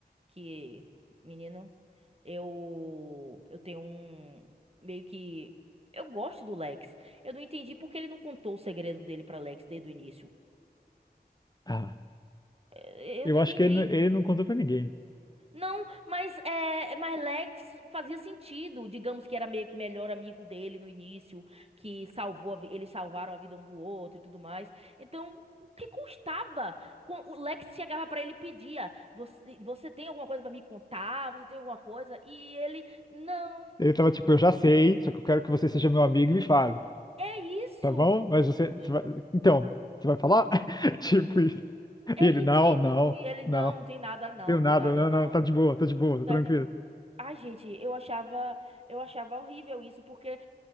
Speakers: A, on the right; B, on the left.
A: que, menino, eu eu tenho um meio que eu gosto do Lex. Eu não entendi porque ele não contou o segredo dele pra Lex desde o início.
B: Ah,
A: Eh,
B: eu
A: Eu não entendi.
B: acho que ele, não- ele não contou pra ninguém.
A: Não, mas, é, mas Lex fazia sentido. Digamos que era meio que melhor amigo dele no início, que salvou, a vi- eles salvaram a vida um do outro e tudo mais. Então, o que custava? Quan- O Lex chegava pra ele e pedia: Você, você tem alguma coisa pra me contar? Você tem alguma coisa? E ele: Não,
B: Ele tava tipo, eu já sei, só que eu quero que você seja meu amigo e me fale,
A: é isso.
B: tá bom? Mas você,
A: E
B: você vai- então, você vai falar? <laughs> Tipo isso.
A: é
B: E ele,
A: ridículo.
B: não, não,
A: E ele: Não,
B: não,
A: não tem nada, não,
B: eu
A: não
B: nada,
A: tem nada,
B: não,
A: não.
B: não, tá de boa, tá de boa, tá
A: Tá,
B: tranquilo.
A: tipo, Ai, gente, eu achava, eu achava horrível isso, porque.